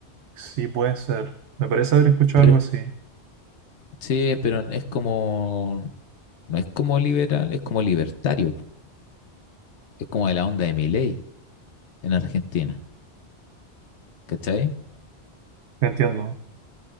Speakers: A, on the right; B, on the left.
A: sí, puede ser. Me parece haber escuchado
B: Pero
A: algo
B: es-
A: así.
B: sí, pero es como... No es como liberal, es como libertario. po. Es como de la onda de Milei en Argentina. ¿Cachai?
A: Entiendo.